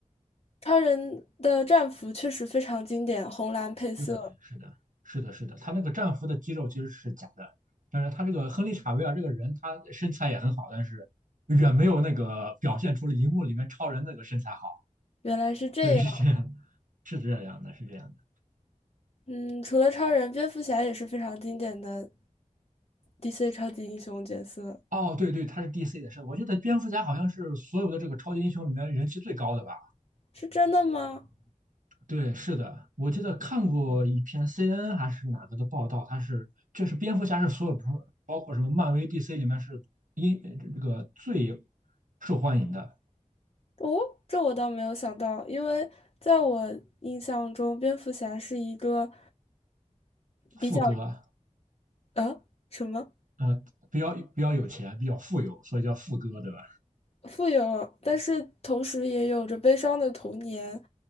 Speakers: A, on the left (about 50°); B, on the right (about 75°).
A: 超人的战服确实非常经典，红蓝配色，
B: 对，是的，是的，是的，他那个战俘的肌肉其实是假的，但是他这个亨利·查维尔这个人，他身材也很好，但是远没有那个表现出了荧幕里面超人那个身材好。
A: 原来是这样。
B: 对，是这样的，是这样的，是这样的。
A: 嗯，除了超人，蝙蝠侠也是非常经典的 DC 超级英雄角色，
B: 哦，对对，他是 DC 的，是的我记得蝙蝠侠好像是所有的这个超级英雄里面人气最高的吧？
A: 是真的吗？
B: 对，是的，我记得看过一篇 CNN 还是哪个的报道，他是就是蝙蝠侠是所有包括什么漫威、DC 里面是英这个最受欢迎的。
A: 哦，这我倒没有想到，因为在我印象中，蝙蝠侠是一个
B: 富哥，
A: 比较呃什么
B: 呃，比较比较有钱，比较富有，所以叫富哥，对吧？
A: 富有，但是同时也有着悲伤的童年、